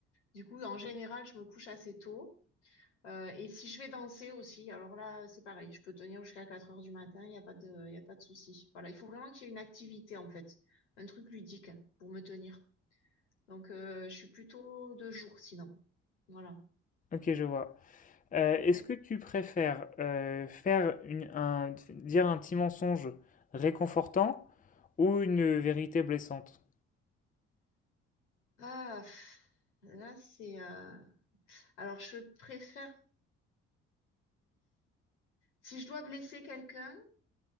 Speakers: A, on the left; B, on the left.
A: du coup, en général, je me couche assez tôt. Euh, et si je vais danser aussi, alors là, c'est pareil, je peux tenir jusqu'à 4 heures du matin, il n'y a pas de, il y a pas de souci. Voilà, il faut vraiment qu'il y ait une activité, en fait, un truc ludique pour me tenir. Donc, euh, je suis plutôt de jour, sinon. Voilà.
B: Ok, je vois. Euh, est-ce
A: Ouais.
B: que tu préfères euh, faire une- un, dire un petit mensonge réconfortant ou une vérité blessante?
A: Ah, pff, là, c'est... euh, Alors, je préfère... Si je dois blesser quelqu'un,